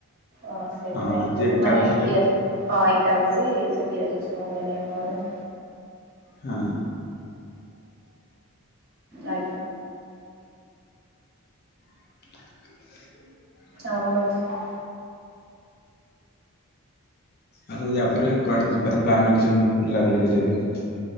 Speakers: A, on the right; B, on the left.
A: ଅ ସେଇଥିପାଇଁ
B: ହଁ ଆଜି ଏକାଦଶୀ
A: ମାନେ
B: ଟା
A: ପିଆଜ ହଁ ଏକଦଶୀ ସେ ପିଆଜ ରସୁଣ ହୁଏନି ଆମ ଘରେ।
B: ହୁଁ।
A: ଆ
B: <unintelligible>
A: ଆଉ କୁହନ୍ତୁ?
B: ଆଉ ୟା ପରେ କୁଆଡେ ଯିବାର ପ୍ଲାନ ରଖିଛନ୍ତି ବୁଲାବୁଲି କରିବା ପାଇଁ?